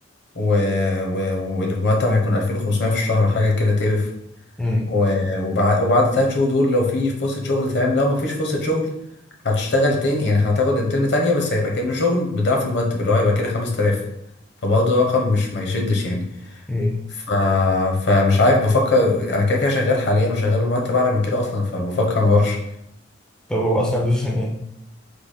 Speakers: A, on the left (about 60°); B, in the centre.
A: و... و... والمرتب هيكون 2500 في الشهر حاجة كده تقرف
B: مم.
A: و... وبعد وبعد تلات شهور دول لو في فرصة شغل تمام لو ما فيش فرصة شغل هتشتغل تاني يعني هتاخد انترن تانية بس هيبقى كأنه شغل بضعف المرتب اللي هو هيبقى كده 5000 فبرضه رقم مش ما يشدش يعني
B: مم.
A: ف... فمش عارف بفكر انا كده كده شغال حاليا وشغال بمرتب اعلى من كده اصلا فبفكر ما اروحش
B: طب هو اصلا البوزيشن ايه